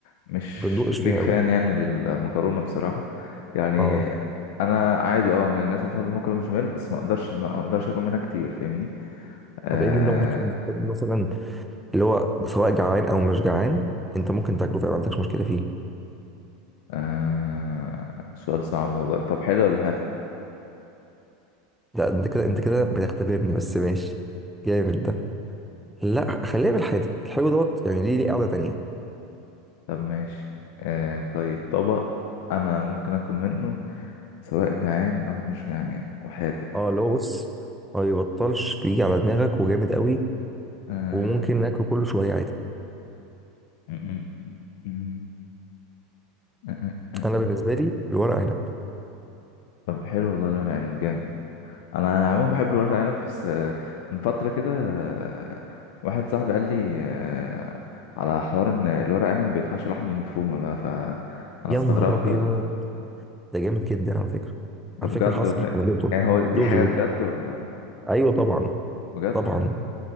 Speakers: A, on the left; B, in the centre.
A: مش
B: ما بندقش
A: بيك
B: فيها قوي
A: فان يعني للمكرونه بصراحه يعني
B: اه
A: انا عادي اه من الناس اللي بتحب المكرونه بشاميل بس ما اقدرش ما اقدرش اكل منها كتير فاهمني آه
B: طب ايه اللي انت ممكن تكون بتحب مثلا اللي هو سواء جعان او مش جعان انت ممكن تاكله فعلا ما عندكش مشكله فيه
A: آه سؤال صعب ده والله طب حلو ولا حادق
B: لا انت كده انت كده بتختبرني بس ماشي جامد ده لا خليها بالحادق الحلو دوت يعني ليه ليه قاعده تانيه
A: طب ماشي آه طيب طبق أنا ممكن آكل منه سواء جعان أو مش جعان وحادق
B: اه اللي هو بص ما يبطلش بيجي على دماغك وجامد قوي
A: آه
B: وممكن ناكله كل شويه عادي
A: م- م- م- م- م-
B: انا بالنسبه لي الورق عنب
A: طب حلو والله الورق عنب جامد أنا عموما بحب الورق عنب بس آه، من فترة كده آه، واحد صاحبي قال لي آه على حوار إن الورق عنب بيتحشى لحمة مفرومة ده فأنا
B: يا
A: استغربت
B: نهار ابيض ده جامد جدا على فكره
A: ده
B: على
A: بجد
B: فكره حصل
A: والله
B: انا دقته
A: يعني هو دي
B: دقته
A: حاجة بجد
B: ده
A: ولا
B: ايوه طبعا
A: بجد
B: طبعا
A: والله